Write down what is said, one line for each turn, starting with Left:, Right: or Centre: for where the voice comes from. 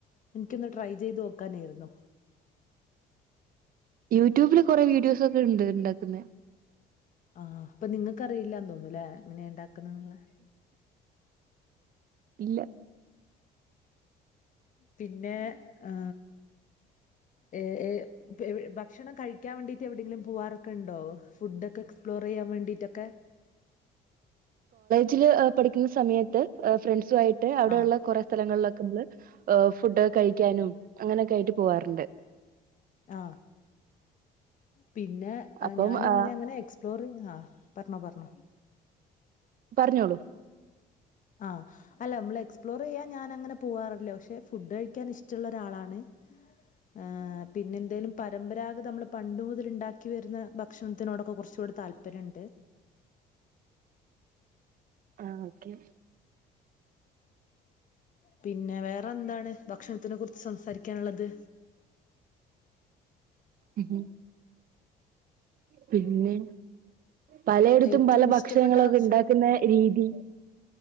Left: ഇനിക്കൊന്ന് ട്രൈ ചെയ്ത് നോക്കാനേയ്ര്ന്നു
Right: യൂട്യൂബില് കൊറെ വീഡിയോസ് ഒക്കെ ഇണ്ട് ഇണ്ടാക്കുന്നെ
Left: ആ പ്പൊ നിങ്ങക്ക്റിയില്ലാന്ന് തോന്നൂലെ എങ്ങനെ ഇണ്ടാ ക്ക്ന്നെന്ന്ള്ളെ
Right: ഇല്ല
Left: പിന്നെ ആ ഏഏ എവ് ഭക്ഷണം കഴിക്കാൻ വേണ്ടീട്ട് എവിടെങ്കിലും പൂവ്വാറൊക്കെ ഇൺ ടോ ഫുഡൊക്കെ എക്സ്പ്ലോറെയ്യാൻ വേണ്ടിട്ടൊക്കെ
Right: ജില് പഠിക്കുന്ന സമയത്ത് ഏ ഫ്രണ്ട്സ് സുവയിട്ട് അവിടെയുള്ള
Left: ആഹ്
Right: കൊറേ സ്ഥലങ്ങളിലൊ ക്കമ്മള് ഫുഡ് കഴിക്കാനും അങ്ങനൊക്കെ ആയിട്ട് പോവാറുണ്ട്
Left: ആ പിന്നെ
Right: അപ്പം
Left: ഞാനും
Right: ആ,
Left: അങ്ങനെ അങ്ങനെ എക്സ്പ്ലോറിംഗ ആ പറഞ്ഞോ പറഞ്ഞോ
Right: പറ്ഞ്ഞോളൂ
Left: ആ അല്ല മ്മള് എക്സ്പ്ലോറെയ്യാൻ ഞാനങ്ങനെ പോവാറില്ല പക്ഷെ ഫുഡ് കഴിക്കാൻ ഇഷ്ടള്ളാെരാളാണ് ഏ പിന്നെന്തേലും പരമ്പരാഗത മ്മള് പണ്ട് മുതല്ണ്ടാക്കി വര്ന്ന ഭക്ഷണത്തിനോടൊക്കെ കൊർച്ചൂടി താല്പര്യണ്ട്
Right: ആ ഓക്കെ
Left: പിന്നെ വേ റെന്താണ് ഭക്ഷണത്ത്നെ കുർ ച്ച് സംസാരിക്കാൻള്ളത്
Right: ഉഹും പിന്നെ പലയെടത്തും
Left: ഏറ്റവും
Right: പല ഭക്ഷണങ്ങളൊക്കെ
Left: ഇഷ്ടപ്പെട്ട ഭക്ഷണം
Right: ണ്ടാക്ക്ന്ന രീതി